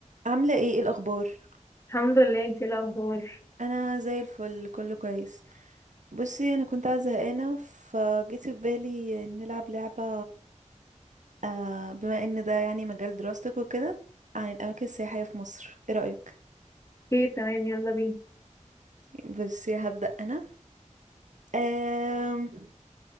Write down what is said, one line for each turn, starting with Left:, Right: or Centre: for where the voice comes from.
Right: عاملة ايه ايه الأخبار؟
Left: الحمد لله انتي ايه الاخبار
Right: أنا زي الفل كله كويس بصي أنا كنت قاعدة زهقانة فجيت في بالي نلعب لعبة آه بما ان ده يعني مجال دراستك وكده عن الأماكن السياحية في مصر ايه رأيك؟
Left: ايه تمام يلا بينا
Right: بصي هبدأ أنا آم...